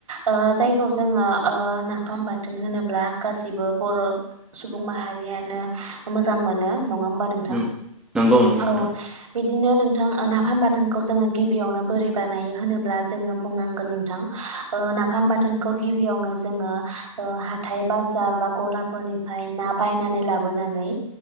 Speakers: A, on the right; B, in the centre.
A: ओ जायखौ जों जोङो नाफाम बाथोन होनोब्ला गासिबो बर' सुबुं माहारियानो मोजां मोनो नङा हबा नोंथां
B: उम नंगौ नंगौ
A: औ।
B: नोंथां
A: बिदिनो नोंथां नाफाम बाथोनखौ जोङो गिबियावनो बोरै बानायो होनोब्ला जोङो बुंनांगोन नोंथां। नाफाम बाथोनखो खौ गिबियावनो जोङो हाथाइ बाजार बा गलाफोरनिफ्राय ना बायनानै लाबोनानै